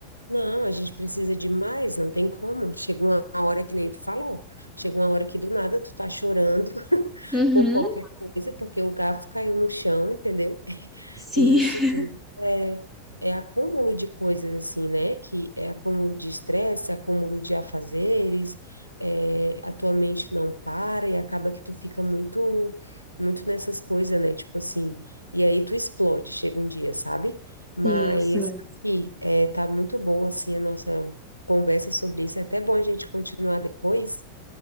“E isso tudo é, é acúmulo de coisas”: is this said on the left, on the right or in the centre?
Left